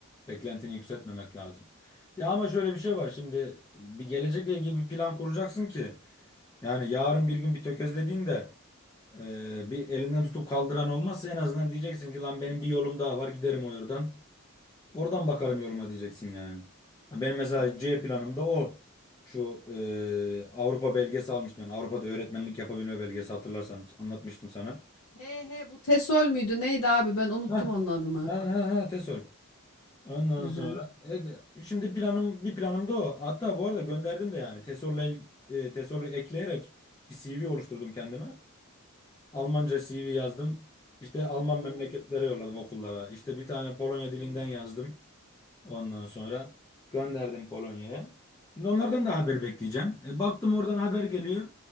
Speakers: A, on the left; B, on the left.
A: Beklentini yükseltmemek lazım. Ya ama şöyle bir şey var. Şimdi bir gelecekle ilgili bir plan kuracaksın ki yani yarın bir gün bir tökezlediğinde e, bir elinden tutup kaldıran olmazsa en azından diyeceksin ki lan benim bir yolum daha var giderim o yoldan. Oradan bakarım yoruma diyeceksin yani. Ya Benim mesela
B: Çok
A: C
B: doğru.
A: planımda o. Şu e, Avrupa belgesi almıştım ben. Avrupa'da öğretmenlik yapabilme belgesi hatırlarsan anlatmıştım sana.
B: He he bu Tesol müydü? Neydi abi? Ben unuttum
A: Heh,
B: onun adını.
A: ha ha ha TESOL. Ondan
B: Hı hı.
A: sonra e, de- şimdi planım bir planım da o. Hatta bu arada gönderdim de yani TESOL'la il- e, TESOL'ü ekleyerek bir CV oluşturdum kendime. Almanca CV yazdım. İşte Alman
B: Oo,
A: memleketlere yolladım okullara. İşte bir tane Polonya dilinden
B: oo.
A: yazdım. Ondan sonra gönderdim Polonya'ya. Şimdi onlardan da haber bekleyeceğim. E, baktım oradan haber geliyor.